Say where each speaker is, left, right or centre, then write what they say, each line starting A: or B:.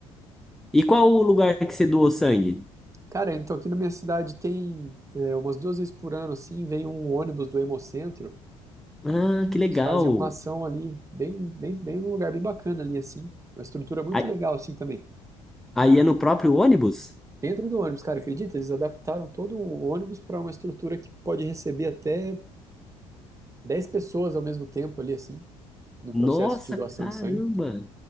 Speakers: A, in the centre; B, on the right (about 20°).
A: E qual o lugar que você doou sangue?
B: Cara, então aqui na minha cidade tem é, umas duas vezes por ano assim, vem um ônibus do Hemocentro.
A: Ah, que
B: Eles
A: legal.
B: fazem uma ação ali, bem, bem, bem num lugar bem bacana ali, assim. Uma estrutura muito
A: Aí
B: legal, assim, também.
A: aí é no próprio ônibus?
B: Dentro do ônibus, cara, acredita? Eles adaptaram todo o ônibus para uma estrutura que pode receber até 10 pessoas ao mesmo tempo ali, assim, no
A: Nossa,
B: processo de doação
A: caramba!
B: de sangue.